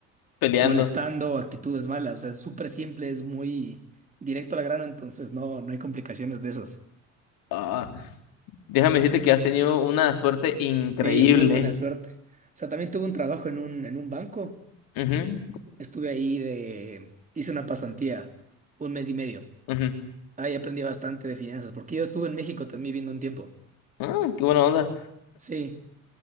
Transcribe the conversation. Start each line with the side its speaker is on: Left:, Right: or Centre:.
Left: peleando.
Right: molestando, actitudes malas. O sea, es súper simple, es muy directo al grano. Entonces, no, no hay complicaciones de esas.
Left: Ah, déjame decirte que has tenido una suerte increíble.
Right: Sí, muy buena suerte. O sea, también tuve un trabajo en un, en un banco.
Left: Ujú,
Right: Estuve ahí de... Hice una pasantía, un mes y medio.
Left: ujú.
Right: Ahí aprendí bastante de finanzas, porque yo estuve en México también viviendo un tiempo.
Left: Ah, qué buena onda.
Right: Sí,